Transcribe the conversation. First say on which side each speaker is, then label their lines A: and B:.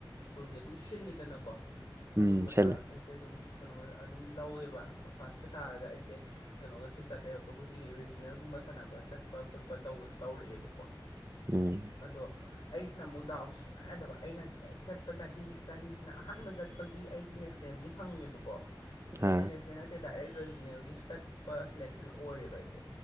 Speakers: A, on the left (about 65°); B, on the right (about 35°).
A: ꯁ꯭ꯀꯨꯜꯒꯤ ꯑꯗꯨꯝ ꯁꯤꯜꯂꯤꯗꯅꯀꯣ
B: ꯎꯝ
A: ꯑꯗꯨꯝꯕꯗ
B: ꯁꯦꯠꯂꯦ
A: ꯑꯩꯁꯦ ꯑꯗꯨꯝ ꯀꯩꯅꯣ ꯑꯗꯨꯝ ꯂꯧꯋꯦꯕ ꯐꯥꯔꯁꯀ ꯇꯥꯔꯒ ꯑꯩꯁꯦ ꯀꯩꯅꯣꯒꯁꯨ ꯆꯠꯂꯦꯕ ꯑꯩꯈꯣꯏꯒꯤ ꯔꯤꯖꯅꯦꯜꯒꯨꯝꯕ ꯁꯥꯟꯅꯕ ꯆꯠꯄ ꯈꯣꯠꯄ ꯇꯧꯕꯗꯣ ꯇꯧꯔꯛꯑꯦꯕꯀꯣ
B: ꯎꯝ
A: ꯑꯗꯣ ꯑꯩꯁꯤꯅꯃꯨꯛ ꯗꯥꯎꯁꯦ ꯁꯨꯉꯌ ꯌꯥꯗꯕ ꯑꯩꯅ ꯍꯦꯛ ꯆꯠꯄ ꯆꯍꯤ ꯆꯍꯤꯁꯤꯅ ꯑꯍꯥꯟꯕ ꯆꯠꯄꯒꯤ ꯑꯩꯁꯦ ꯅꯦꯛꯁ ꯅ‌ꯦꯜꯒꯤ ꯐꯪꯉꯦꯕꯀꯣ ꯅꯠꯇꯦ
B: ꯑꯥ
A: ꯅꯦꯛꯁꯅ‌ꯦꯜ ꯅꯠꯇꯦ ꯗꯥꯏꯔꯦꯛ ꯔꯤꯖꯅꯦꯜꯒꯤ ꯆꯠꯄ ꯁꯦꯂꯦꯛꯁꯟ ꯑꯣꯏꯔꯦꯕ ꯑꯩꯁꯦ